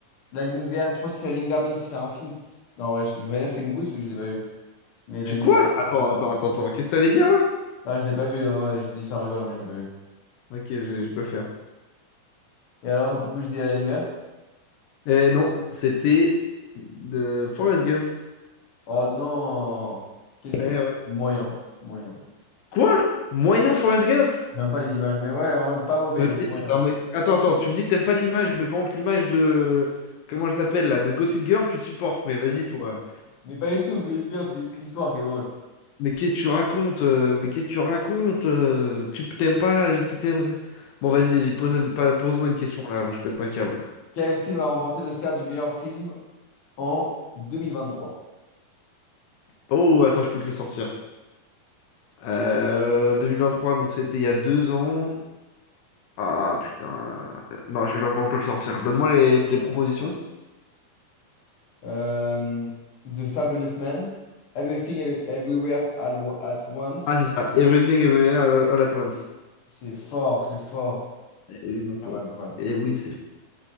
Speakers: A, on the left (about 45°); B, on the left (about 80°).
A: La ligne verte, je pense que c'est la ligne verte, même si c'est un film. c'est- Non, ouais, je ne vais pas dire que c'est une bouse parce que je l'ai pas vu. Mais la
B: Je
A: ligne
B: quoi?
A: verte.
B: Attends, attends, attends, attends. Qu'est-ce que t'allais dire là?
A: Non, je l'ai pas vu. non, ouais, je dis ça en rigolant, mais je l'ai pas vu.
B: Ok, je, je préfère.
A: Et alors, du coup, je dis la ligne verte.
B: Eh non, c'était de Forrest Gump.
A: Oh non! Quel film
B: Eh ouais.
A: moyen, moyen.
B: Quoi? Moyen Forrest Gump?
A: J'aime pas les images, mais ouais, en vrai, pas mauvais,
B: Mais
A: mais
B: vas-y,
A: moyen.
B: attends, mais- attends, attends, tu me dis que t'aimes pas l'image, mais par contre l'image de... Comment elle s'appelle là? De Gossip Girl, tu supportes, mais vas-y toi.
A: Mais pas du tout, mais c'est bien, c'est juste l'histoire qui est drôle.
B: Mais qu'est-ce que tu racontes? euh, Mais qu'est-ce que tu racontes? euh, Tu t'aimes pas? tu t'aimes- Bon, vas-y, vas-y, pose, une- pas- pose-moi une question là, avant que je pète un câble.
A: Quel film a remporté l'Oscar du meilleur film en 2023?
B: Oh, attends, je peux te le sortir. Euh, 2023, donc c'était il y a deux ans. Ah putain. Euh, Non, je vais pas pouvoir te le sortir. Donne-moi les, les propositions.
A: Euh, The Fabulous Man, Everything Ev- Everywhere All Wa- at Once.
B: Ah, c'est ça. Everything Everywhere All all at Once.
A: C'est fort, c'est fort.
B: Eh oui, mon pote.
A: Pas mal, pas mal.
B: Eh oui, c'est.